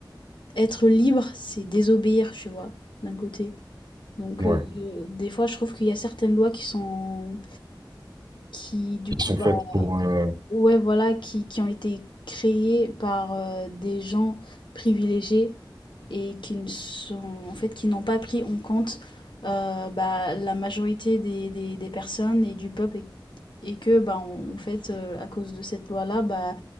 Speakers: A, on the left; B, on the right.
A: être libre, c'est désobéir, tu vois, d'un côté. Donc,
B: Ouais,
A: euh, euh, des fois, je trouve qu'il y a certaines lois qui sont, qui, du
B: qui
A: coup,
B: sont
A: bah,
B: faites pour... euh,
A: ouais, voilà, qui, qui ont été créées par euh, des gens privilégiés et qui ne sont, en fait, qui n'ont pas pris en compte euh, bah, la majorité des, des, des personnes et du peuple, et que bah, en, en fait euh, à cause de cette loi là bah